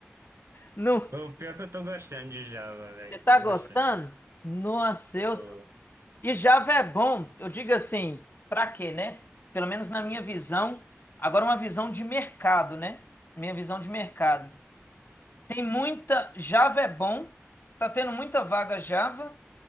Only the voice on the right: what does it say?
O pior é que eu tô gostando de Java, velho.
Tô gostando.
Tô...